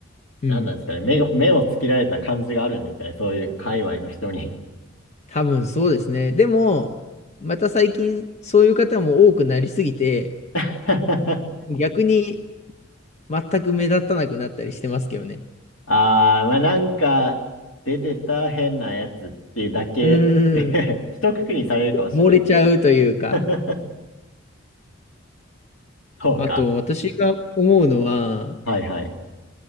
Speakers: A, on the left; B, on the left.
A: うん
B: なんなんですかね、目を目をつけられた感じがあるんですかね、そういう界隈の人に。
A: 多分そうですね。でも、また最近、そういう方も多くなりすぎて、
B: <laughs>
A: 逆に全く目立たなくなったりしてますけどね。
B: ああ、まあなんか出てた変なやつっていうだけ
A: うーん、
B: <laughs> 一括りにされるかもしれない
A: 漏れちゃうというか。
B: <laughs> そうか。
A: あと、私が思うのは、
B: はいはい。